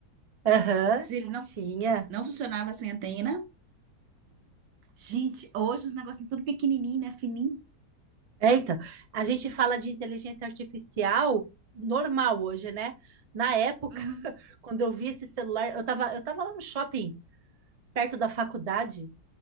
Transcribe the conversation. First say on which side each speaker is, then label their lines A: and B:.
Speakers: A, on the right (about 65°); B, on the right (about 80°).
A: Aham,
B: Se ele não,
A: tinha.
B: não funcionava sem antena. Gente, hoje os negócios são tudo pequenininho, né? Fininho.
A: É, então, a gente fala de inteligência artificial normal hoje, né? Na época,
B: Uhum.
A: <laughs> quando eu vi esse celular, eu tava, eu tava lá no shopping, perto da faculdade,